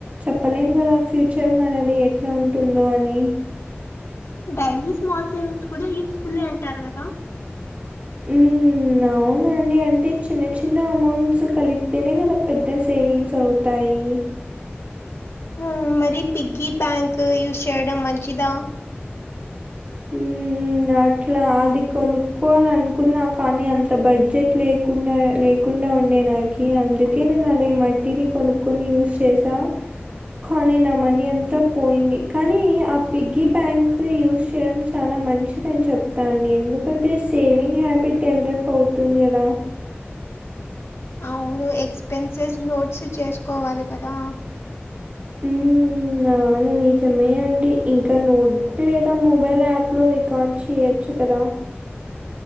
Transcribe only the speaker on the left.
డైలీ స్మాల్ సేవింగ్స్ కూడా యూస్ఫుల్ అంటారు కదా
ఉమ్ మరి పిగ్గీ బ్యాంక్ యూజ్ చేయడం మంచిదా
అవును ఎక్స్పెన్సెస్ నోట్స్ చేసుకోవాలి కదా